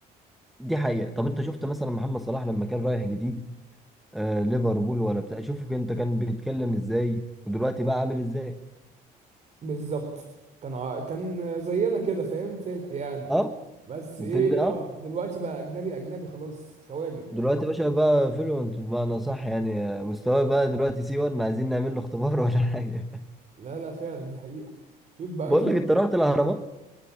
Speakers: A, in the centre; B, on the right (about 45°).
A: دي حقيقه طب انت شفت مثلا محمد صلاح لما كان رايح جديد آه ليفربول ولا بتاع شوف انت كان بيتكلم ازاي ودلوقتي بقى عامل ازاي
B: بالظبط كان ع- كان زينا كده فاهم فلح يعني
A: اه
B: بس إيه
A: في ال-
B: آه
A: اه
B: دلوقتي بقى أجنبي أجنبي خلاص خواجة
A: دلوقتي يا باشا بقى فلوينت بمعنى صح يعني آه، مستواه بقى دلوقتي سي 1 عايزين نعمل له اختبار ولا حاجه <laughs>
B: لا لا فعلا دي حقيقة شوف بقى
A: بقول
B: دي
A: لك انت رحت الاهرامات